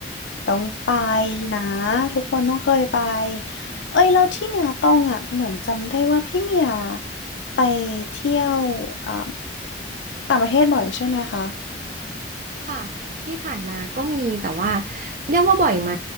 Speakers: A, on the left; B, on the right.
A: ต้องไปนะทุกคนต้องเคยไปเอ้ยแล้วที่เนี่ยต้องอ่ะเหมือนจำได้ว่าพี่เมียไปเที่ยวอ่าต่างประเทศบ่อยใช่ไหมคะ
B: ค่ะ ที่ผ่านมาก็มีแต่ว่าเรียกว่าบ่อยไหม